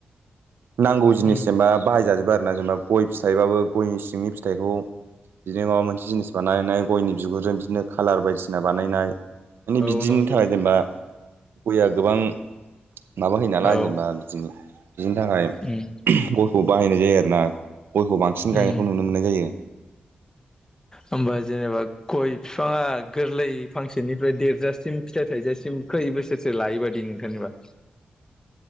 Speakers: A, on the right; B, on the left.
A: नांगौ जिनिस
B: उम
A: जेनेबा बाहायजाजोबो आरो ना जेनेबा गय फिथाइबाबो गयनि सिंनि फिथाइखौ बिदिनो माबा मोनसे जिनिस बानायनाय गयनि बिगुरजों बिदिनो खालार बायदिसिना बानायनाय माने
B: औ
A: बिदिनि
B: नंगौ
A: थाखाय जेनेबा गयआ गोबां माबा हैयो नालाय
B: औ
A: जेनेबा बिदि बिदिनि थाखाय
B: उम
A: गयखौ बाहायनाय जायो आरोना। गयखौ बांसिन
B: उम
A: गायनायखौ नुनो मोननाय जायो।
B: होमबा जेनेबा गय बिफाङा गोरलै फांसेनिफ्राय देरजासिम फिथाइ थाइजासिम खै बोसोरसो लायो बादि नोंथांनिबा?